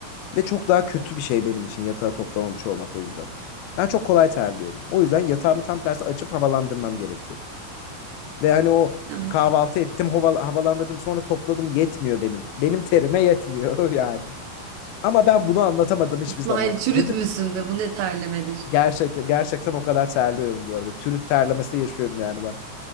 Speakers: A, on the left; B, on the right.
A: Ve çok daha kötü bir şey benim için yatağı toplamamış olmak o yüzden. Ben çok kolay terliyorum. O yüzden yatağımı tam tersi açıp havalandırmam gerekiyor. Ve hani o
B: Evet.
A: kahvaltı ettim, hava- havalandırdım, sonra topladım yetmiyor benim. Benim terime yetmiyor <laughs> yani. Ama ben bunu anlatamadım hiçbir
B: İsmail
A: zaman.
B: çürütmüşsün
A: Dedim.
B: be bu ne terlemedir.
A: Gerçekten gerçekten o kadar terliyorum bu arada. Türüt terlemesi yaşıyorum yani ben.